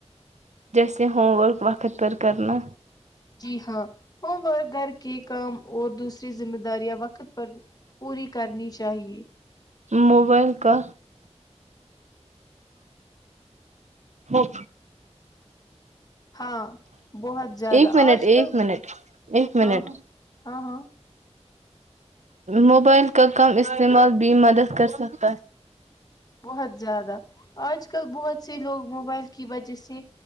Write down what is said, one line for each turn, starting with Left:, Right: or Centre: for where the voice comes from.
Right: سے ہووم ورک وقت پر کرنا
Left: جی ہاں ہوم ورک گھر کے کام اور دوسری ذمہ داریاں وقت پر پوری کرنی چاہیے
Right: موبائل کا م
Left: ہاں بہت زیادہ
Right: ایک منٹ
Left: آج
Right: ایک
Left: کل
Right: منٹ ایک
Left: ہاں
Right: منٹ
Left: ہاں ہاں ہاں
Right: موبائل کا کم استعمال بھی مدد کرسکتا ہے
Left: بہت زیادہ آج کل بہت سے لوگ موبائل کی وجہ سے